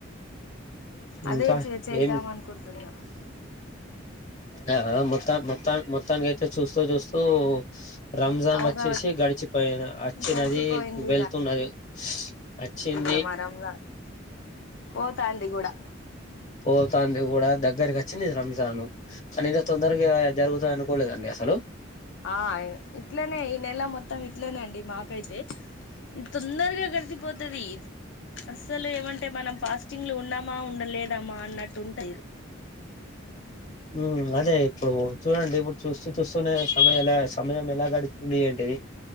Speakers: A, on the left; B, on the left.
A: అదే
B: ఇంకా
A: చే చేద్దామనుకుంటున్న
B: ఏం ఆ మొత్తా మొత్తా మొత్తానికి అయితే చూస్తూ చూస్తూ రంజాన్
A: ఒక
B: వచ్చేసి గడిచిపోయి అచ్చినది
A: గడిచిపోయింది
B: వెళ్తున్నది అచ్చిన్
A: డమారమ్లా పోతాంది కూడా
B: పోతాంది కూడా దగ్గరికి వచ్చింది. రంజాను కానీ ఇకా తొందరగా జరుగుతా అనుకోలేదండి. హలో
A: ఆ ఇట్లనే ఈ నెల మొత్తం ఇట్లనేండి మాకైతే తొందరగా గడిచిపోతది అస్సలు ఏమంటే మనం ఫాస్టింగ్లు ఉన్నామా ఉండలేదమా అన్నట్టు ఉంటయి
B: ఉమ్ అదే ఇప్పుడు చూడండి ఇప్పుడు చూస్తూ చూస్తూనే సమయం ఎలా సమయం ఎలా గడిచింది ఏంటిది